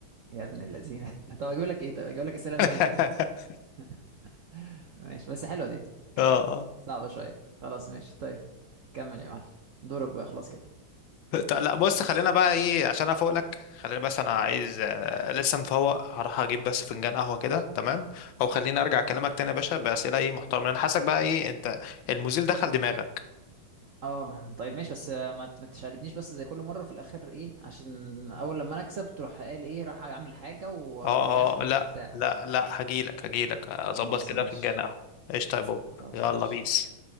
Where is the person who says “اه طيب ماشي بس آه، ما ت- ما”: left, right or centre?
Right